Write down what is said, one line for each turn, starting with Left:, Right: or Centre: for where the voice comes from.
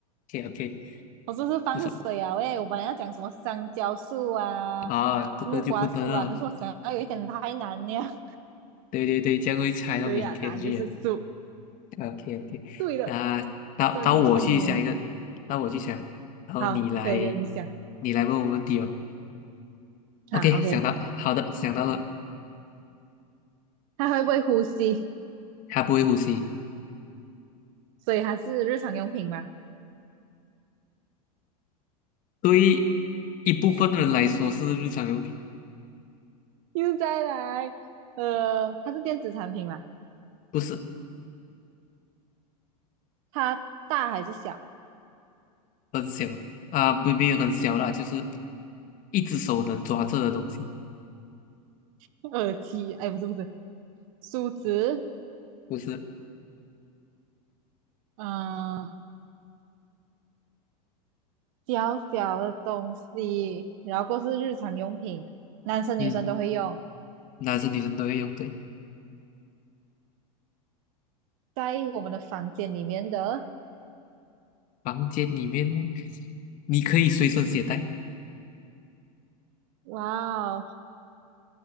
Left: ，OK OK，
Right: 我说是放水啊，
Left: 不错
Right: 喂，我本来要讲什么香蕉树啊、
Left: 啊，这个就不能了，
Right: 木瓜树啊，可是我想要有一点太难了。
Left: 对对对，这样会猜到明天去啊。
Right: 对呀、答案就是鼠。
Left: OK OK，
Right: 对了，
Left: 那到到我去想一个，
Right: 真聪明。
Left: 到我去想，然后你来，
Right: 好，可以跟你讲
Left: 你来问我问题哦。
Right: 啊。
Left: OK，
Right: OK，
Left: 想到，好的，想到了，
Right: 它会不会呼吸？
Left: 它不会呼吸，
Right: 所以它是日常用品嘛。
Left: 对于一部分人来说是日常用品，
Right: 又再来，呃，它是电子产品嘛？
Left: 不是
Right: 它大还是小？
Left: 很小啊，不没有很小啦，就是一只手能抓着的东西，
Right: <laughs> 耳机？哎，不是不是，梳子。
Left: 不是，
Right: 嗯、呃小小的东西，然后过是日常用品，男生女生都会用，
Left: 嗯，男生女生都会用，对，
Right: 在我们的房间里面的。
Left: 房间里面你可以随身携带，
Right: 哇哦，